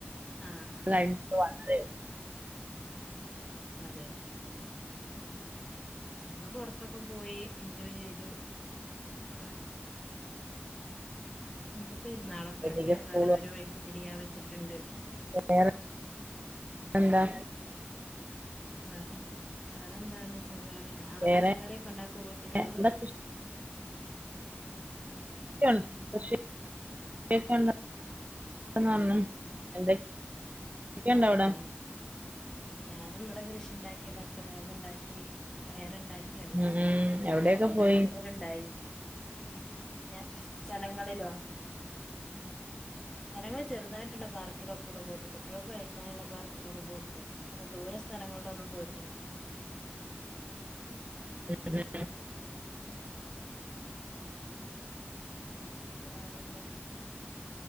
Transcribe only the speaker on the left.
ആഹ്
അതെ ഞങ്ങള് പുറത്തൊക്കെ പോയി എൻജോയ് ചെയ്തു കൊറേ ഇപ്പൊ പെരുന്നാളൊക്കെ
ആയിട്ട്
വേറെ ഒരു വൈക്ക് തിരിയാ വെച്ചിട്ടുണ്ട്
വ വേറെന്താണ് സുഖാണ് അവിടെ
പച്ചക്കറിയൊക്കെ ഇണ്ടാക്കോ വീട്ടില് നിങ്ങള്
ആഹ് ഞാനും ഇവിടെ കൃഷി ഉണ്ടാക്കി പച്ചമുളക്ണ്ടാക്കി പയറുണ്ടാക്കി എല്ലാം
ഉണ്ടായി പച്ചമുളകൊക്കെ
കൂടുതലുണ്ടായി ഞ സ്ഥലങ്ങളിലോ സ്ഥലങ്ങള് ചെറുതായിട്ടുണ്ട് പാർക്കൊക്കെ ഉള്ള പോയിട്ട് കുട്ടികളൊക്കെ കളിക്ക ക്കാനുള്ള പാർക്കില പോയിട്ട് അങ്ങനെ ദൂര സ്ഥലങ്ങളിലൊന്നും പോയിട്ടില്ല
പിന്നെ വേറെന്താ